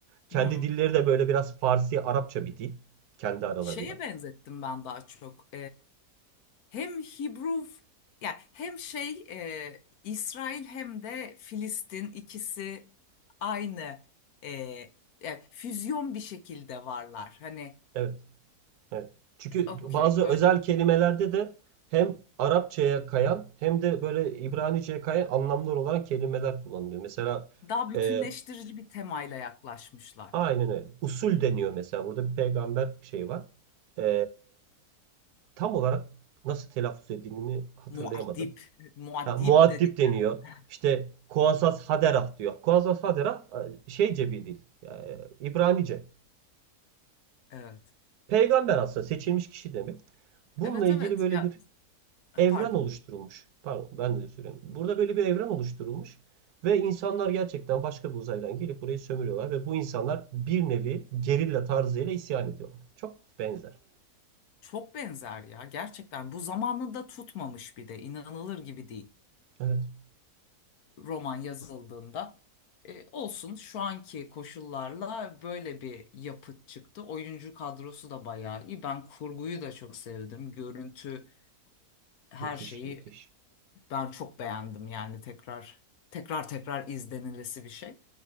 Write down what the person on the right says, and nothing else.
Kendi
dilleri de böyle biraz Farsi, Arapça bir dil kendi aralarında.
Evet, evet. Çünkü
bazı
özel kelimelerde de hem Arapçaya kayan hem de böyle İbranice'ye kayan anlamlar olan kelimeler kullanılıyor. Mesela
e,
aynen öyle. Usul deniyor mesela. Burada bir peygamber şeyi var. E, tam olarak nasıl telaffuz edildiğini hatırlayamadım.
Ha, muaddip
deniyor.
İşte Kuasas Haderah diyor. Kuasas Haderah e, şeyce bir dil. e, İbranice.
Peygamber aslında seçilmiş kişi demek. Bununla
ilgili
böyle
bir
evren
oluşturulmuş. Pardon ben de söyleyeyim. Burada böyle bir evren oluşturulmuş. Ve insanlar gerçekten başka bir uzaydan gelip burayı sömürüyorlar. Ve bu insanlar bir nevi gerilla tarzıyla isyan ediyorlar. Çok benzer.
Evet.
Müthiş
müthiş.